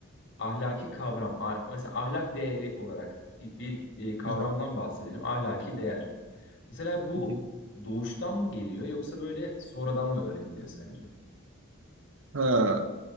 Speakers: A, on the left; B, on the right.
A: ahlaki kavram a- mesela ahlak değeri olarak bir, bir, e, kavramdan
B: Hı hı.
A: bahsedelim ahlaki değer. Mesela bu
B: Hı hı.
A: doğuştan mı geliyor yoksa böyle sonradan mı öğreniliyor sence?
B: Ha,